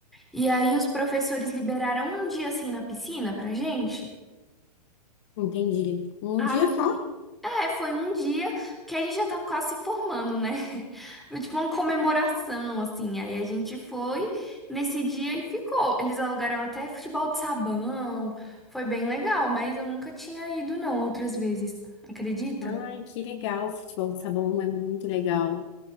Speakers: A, in the centre; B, on the left.
A: e aí os professores liberaram um dia assim na piscina pra gente.
B: Entendi. Um
A: Aí,
B: dia só?
A: é, foi um dia, porque a gente já tava quase se formando, né? <laughs> Foi Tipo uma comemoração, assim. Aí a gente foi nesse dia e ficou. Eles alugaram até futebol de sabão. Foi bem legal, mas eu nunca tinha ido, não, outras vezes. Acredita?
B: Ai, que legal. Futebol de sabão é muito legal.